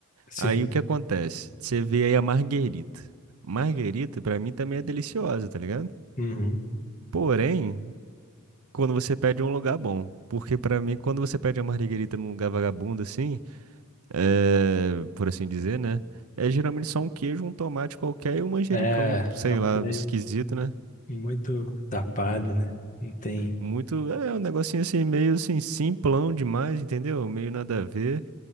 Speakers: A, on the left (about 35°); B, on the right (about 85°).
A: Sim.
B: Aí o que acontece? Você vê aí a marguerita. Marguerita, pra mim, também é deliciosa, tá ligado?
A: Uhum.
B: Porém, quando você pede em um lugar bom. Porque pra mim, quando você pede a marguerita num lugar vagabundo, assim, é, por assim dizer, né? É geralmente só um queijo, um tomate qualquer e um manjericão,
A: É,
B: sei
A: é um
B: lá,
A: trem
B: esquisito, né?
A: muito tapado, né? Não tem
B: Muito, é um negocinho assim, meio assim, simplão demais, entendeu? Meio nada a ver.